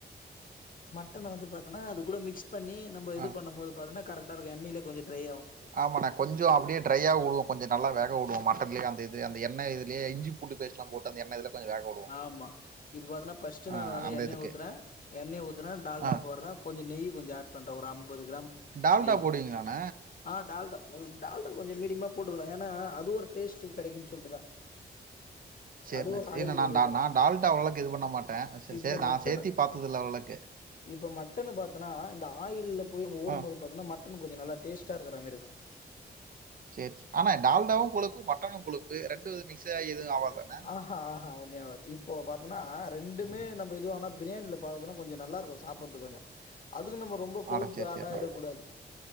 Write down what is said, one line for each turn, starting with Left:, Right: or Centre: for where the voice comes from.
Left: மட்டன வந்து பாத்தன்னா அது கூட மிக்ஸ் பண்ணி நம்ப இது
Right: ஆ.
Left: பண்ணும் போது பாத்தன்னா கரெக்டாருக்கும் எண்ணெய்ல கொஞ்சோ ட்ரையாகும்
Right: ஆமாண்ணே கொஞ்சோ அப்டியே ட்ரையாக வுடுவோம் கொஞ்சோ நல்லா வேக விடுவோம் மட்டன்லே அந்தது அந்தண்ணெய்துலயே இஞ்சி பூண்டு பேஸ்ட்லா போட்டு அந்த எண்ண இதுல கொஞ்சம் வேக வுடுவோம்.
Left: ஆமா இப்ப பாத்தன்னா ஃபர்ஸ்ட்
Right: ஆ
Left: நானு வந்து
Right: அந்த
Left: எண்ணெய
Right: இதுக்கு.
Left: ஊத்தற எண்ணெய்ய ஊத்தற டால்டா
Right: ஆ
Left: போட்ற கொஞ்ச நெய் கொஞ்ச ஆட் பண்ற ஒரு அம்பது கிராம்
Right: டால்டா
Left: நெய்
Right: போடுவீங்களாண்ண
Left: ஆ டால்டா டால்டா கொஞ்சோ மீடியமா போட்டுக்கலா ஏன்னா அது ஒரு டேஸ்டு கெடைக்குன்னு சொல்ட்டுதா
Right: சேரிண்ண
Left: அது ஒரு ஆயில்
Right: இ நா
Left: இதுதான
Right: நா டால்டா அவ்வளவுக்கு இது பண்ண மாட்ட
Left: இப்ப
Right: சே நா
Left: மட்டனு
Right: சேத்தி பாத்ததுல்ல அவ்ளக்கு
Left: இப்ப மட்டன்னு பாத்தன்னா இந்த ஆயில்ல போய் ஊரும்போது
Right: ஆ
Left: பாத்தன்னா மட் இன்னு கொஞ்ச நல்லா டேஸ்டா இருக்ற மேரி இருக்கும்
Right: சேரி ஆனா டால்டாவு கொழுப்பு மட்டனு கொழுப்பு ரெண்டு மிக்ஸ் ஆயி எதுவு ஆவதாண்ண
Left: ஆஹா ஆஹா ஒன்ஞு ஆவாது இப்போ பாத்தன்னா ரெண்டுமே நம்ம இதுவானா பிரியாணியில பாக்கதன கொஞ்ச நல்லாருக்கும் சாப்பட்றதுக்கு கொஞ்சோ அதுக்குன் நம்ம ரொம்ப கொழுப்பு
Right: அட சரி,
Left: ஆடா
Right: சரிண்ணே.
Left: எடுக்கூடாது